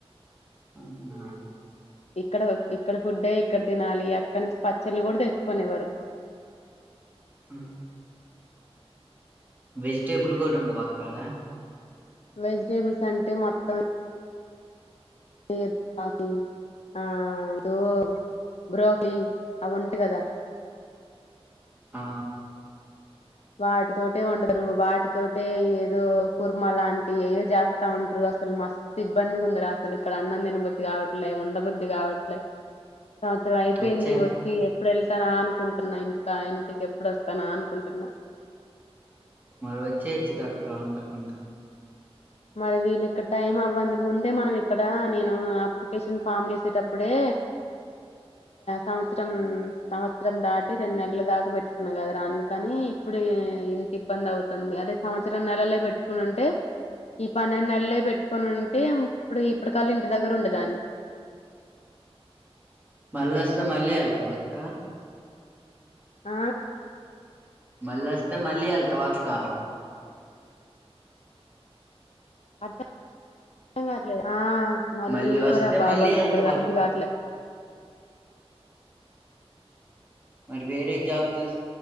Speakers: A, on the right (about 15°); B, on the left (about 85°).
A: అవునా
B: ఇక్కడ ఇక్కడ ఫుడ్డే ఇక్కడ తినాలి అక్కడ నుంచి పచ్చళ్ళు కూడా తెచ్చుకొనివ్వరు
A: ఆ వెజిటేబిల్ కూడా ఉండవా అక్కడ
B: వెజిటేబుల్స్ అంటే మొత్తం ఏ పాకి ఆ దో బ్రోక్లీ అవి ఉంట కదా
A: ఆ
B: వాటితోటే వండు వాటితోటే ఏదో కూర్మ లాంటి ఏయో చేస్తా ఉంటారు అసలు మస్త్ ఇబ్బందిగా రు అసలు ఇక్కడ అన్నం దినబుద్ధి కావట్లే ఉండబుద్ధి కావట్లే సంవత్సరం అయిపోయింది
A: వచ్చే అక్క
B: వచ్చి ఏప్రిల్ తనా అనుకుంటున్నా ఇంటికా ఇంటికి ఎప్పుడు వస్తానా అనుకుంటున్నా
A: మళ్ళ వచ్చేయచ్చుగా అక్క ఉండకుండా
B: మరి వీళ్ళు ఇక్కడ టైం అవ్వంది ముందే మనం ఇక్కడ నేను అప్లికేషన్ ఫామ్ చేసేటప్పుడే సంవత్సరం సంవత్సరం దాటి రెండు నెలలు దాకా పెట్టుకున్నా కదా అందుకని ఇప్పుడు ఇంత ఇబ్బంది అవుతుంది అదే సంవత్సరం నెలలే పెట్టుకునింటే ఈ పన్నెండు నెలలే పెట్టుకొని ఉంటే ఇప్పుడు ఇప్పుడు కల్ ఇంటి దగ్గరుండే దాన్ని
A: మళ్ళోస్తే మళ్ళీ వెళ్తావ అక్క
B: ఆ
A: మళ్ళీ వస్తే మళ్ళీ వెళ్తావా అక్క
B: అర్థం కావట్లేదు ఆ మళ్ళీరా
A: మళ్ళీ వస్తే
B: బాబు
A: మళ్ళీ
B: అసలు
A: వెళ్తావా
B: ఇక్కడ రాబుద్ది
A: అక్క
B: కాట్లే
A: మరి వేరే జాబ్ చూసు